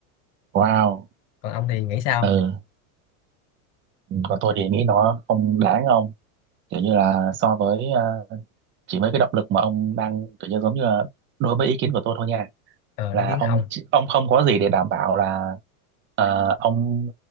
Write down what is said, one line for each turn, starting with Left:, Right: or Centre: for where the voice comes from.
Right: wow
Left: còn ông thì nghĩ sao
Right: ừ còn tôi thì nghĩ nó không đáng ông kiểu như là so với à, chỉ mấy cái động lực mà ông đang kiểu như giống như là đối với ý kiến của tôi thôi nha
Left: ờ
Right: là
Left: ý kiến
Right: ông
Left: ông
Right: chỉ- ông không có gì để đảm bảo là ờ, ông